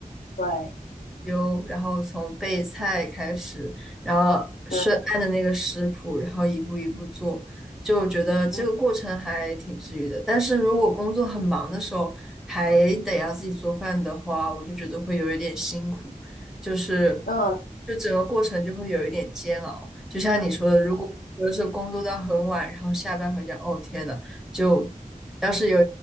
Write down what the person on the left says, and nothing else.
对，
对，
嗯
嗯，